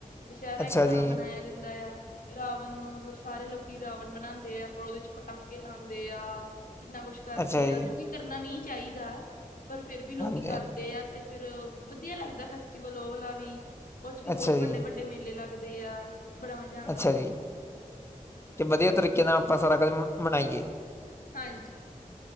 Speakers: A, on the left; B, on the left.
A: ਦਸ਼ਹਿਰਾ
B: ਅੱਛਾ
A: ਇੱਕ ਤਾਂ
B: ਜੀ
A: ਮਨਾਇਆ ਜਾਂਦਾ ਯਾ। ਰਾਵਣ ਨੂੰ ਮਤਲਬ ਸਾਰੇ ਲੋਕੀ ਰਾਵਣ ਬਣਾਂਦੇ ਆ, ਪਰ ਉਹਦੇ'ਚ ਪਟਾਕੇ ਲਾਂਦੇ ਆ। ਕਿੰਨਾ ਕੁਛ ਕਰਦੇ
B: ਅੱਛਾ
A: ਆ,
B: ਜੀ
A: ਜੋ ਕਿ ਕਰਨਾ ਨਹੀਂ ਚਾਹੀਦਾ ਪਰ ਫਿਰ ਵੀ ਲੋਕੀ
B: ਹਾਂਜੀ
A: ਕਰ ਆ ਤੇ ਫਿਰ ਵਧੀਆ ਲੱਗਦਾ ਫੈਸਟੀਵਲ ਉਹ ਵਾਲਾ ਵੀ, ਉਹ'ਚ ਵੀ ਬਹੁਤ
B: ਅੱਛਾ
A: ਵੱਡੇ-ਵੱਡੇ
B: ਜੀ
A: ਮੇਲੇ ਲੱਗ ਲੱਗਦੇ ਆ, ਬੜਾ ਮਜ਼ਾ ਆਉਂਦਾ
B: ਅੱਛਾ
A: ਉਹਦੇ
B: ਜੀ,
A: ਚ
B: ਤੇ ਵਧੀਆ
A: ਹਾਂਜੀ
B: ਤਰੀਕੇ ਨਾਲ ਆਪਾਂ ਸਾਰਾ ਕੁਝ ਮਨਾਈਏ।
A: ਹਾਂਜੀ।